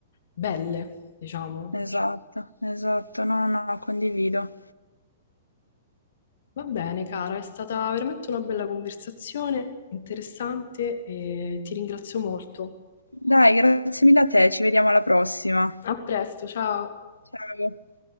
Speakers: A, on the left (about 55°); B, on the left (about 85°).
A: belle, diciamo.
B: Esatto, esatto, no, no, condivido.
A: Va bene, cara, è stata veramente una bella conversazione, interessante e ti ringrazio molto.
B: Dai, grazie mille a te, ci vediamo alla prossima.
A: A presto, ciao!
B: Ciao.